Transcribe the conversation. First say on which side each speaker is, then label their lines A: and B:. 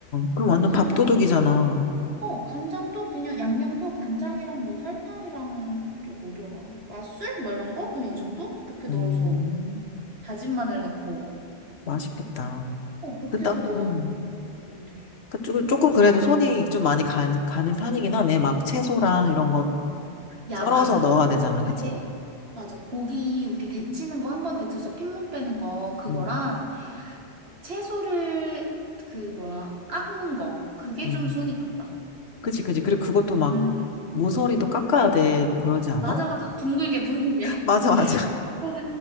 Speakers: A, on the left; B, on the right.
A: 그럼
B: 응,
A: 완전
B: 간장,
A: 밥도둑이잖아.
B: 어, 간장도 그냥 양념도 간장이랑 뭐 설탕이랑 또 뭐 들어가? 맛술? 뭐 이런 거? 그냥 이 정도? 그렇게 넣어서
A: 음,
B: 다진 마늘 넣고.
A: 맛있겠다.
B: 어, 그렇게
A: 그다,
B: 해서 넣어서
A: 음.
B: 먹으면 돼.
A: 그, 조금
B: 진짜
A: 조금
B: 쉽-
A: 그래도 손이 좀 많이 가, 가는 편이긴 하네. 막 채소랑 이런 거
B: 야,
A: 썰어서
B: 맞아,
A: 넣어야
B: 맞아.
A: 되잖아.
B: 이게,
A: 그치?
B: 맞아. 고기 우리 데치는 거 한 번 데쳐서 핏물 빼는 거, 그거랑
A: 음,
B: 채소를 그 뭐야, 깎는 거. 그게
A: 음.
B: 좀 손이 간다.
A: 그치, 그치. 그리고 그것도 막
B: 음.
A: 모서리도 깎아야 되고 그러지 않아?
B: 맞아, 맞아. 둥글게, 둥글게.
A: <laughs> 맞아, 맞아.
B: 맞아.